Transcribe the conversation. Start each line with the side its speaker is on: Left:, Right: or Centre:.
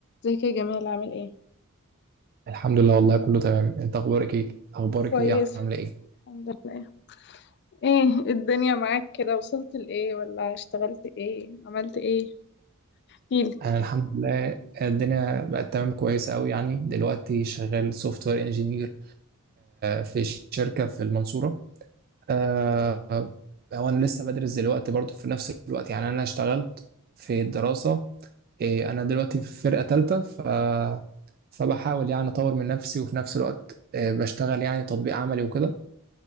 Left: ازيك يا جمال عامل ايه؟
Right: الحمد لله والله كله تمام انت اخبارك ايه اخبارك
Left: كويس
Right: ايه عامله ايه
Left: الحمد لله ايه الدنيا معاك كده وصلت لإيه ولا اشتغلت ايه؟ عملت ايه؟ احكيلي
Right: انا الحمد لله الدنيا بقت تمام كويسه قوي يعني دلوقتي شغال سوفت وير انجينير في ش- شركه في المنصوره آه، هو انا لسه بدرس دلوقتي برضه في نفس الوقت يعني انا اشتغلت في الدراسه إيه، انا دلوقتي في فرقه ثالثه ف فبحاول يعني اطور من نفسي وفي نفس الوقت آه، بشتغل يعني تطبيق عملي وكده